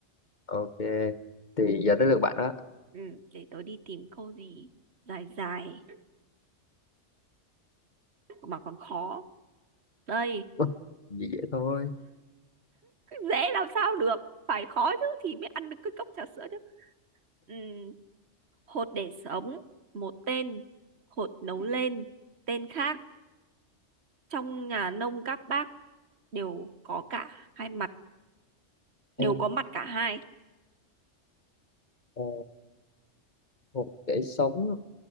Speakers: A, on the left; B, on the right.
A: ok thì giờ tới lượt bạn đó
B: ừ để tớ đi tìm câu gì dài dài mà còn khó đây
A: <laughs> dễ dễ thôi
B: dễ làm sao được phải khó chứ thì mới ăn được cái cốc trà sữa chứ Ừm, hột để sống một tên hột nấu lên tên khác trong nhà nông các bác đều có cả hai mặt đều
A: Ê,
B: có mặt cả hai
A: ờ, một để sống